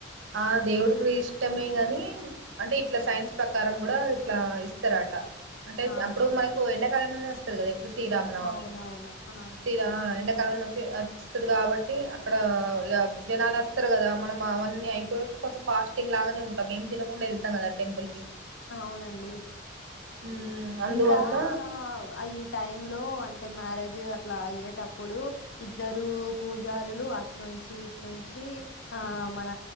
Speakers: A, on the right (about 85°); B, on the left (about 75°).
A: ఆ దేవుడు గూడా ఇష్టమే గాని అంటే. ఇట్లా సైన్స్ ప్రకారం గూడా ఇట్లా ఇస్తారట. అంటే
B: ఆహా
A: అప్పుడు మనకు ఎండాకాలంలోనే వస్తది కదా. ఎప్పుడు శ్రీరామనవమి
B: అవునవును ఆహా
A: శ్రీరా ఎండాకాలంలో చ్ చ్తది కాబట్టి. అక్కడ ఇగ జనాలు వస్తారు గదా. మనం అ అన్ని అయిపోయ్ వరకు కొంచం ఫాస్టింగ్ లాగానే ఉంటాం. ఏం తినకుండా వెళ్తా కాద టెంపుల్ కి
B: అవునండి
A: మ్మ్ అందువల్ల
B: ఇంకా అయి ఈ టైం లో అంటే. మ్యారేజ్ జు అట్లా అయ్యేటప్పుడు. ఇద్దరు పూజారులు అట్నుంచి ఇట్నుంచి. ఆ మన